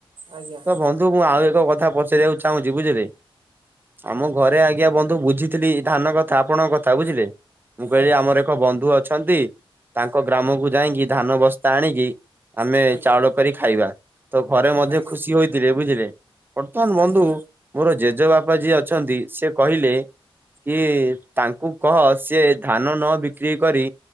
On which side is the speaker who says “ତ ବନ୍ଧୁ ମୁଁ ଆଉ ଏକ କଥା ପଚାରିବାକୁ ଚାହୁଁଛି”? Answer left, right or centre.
Right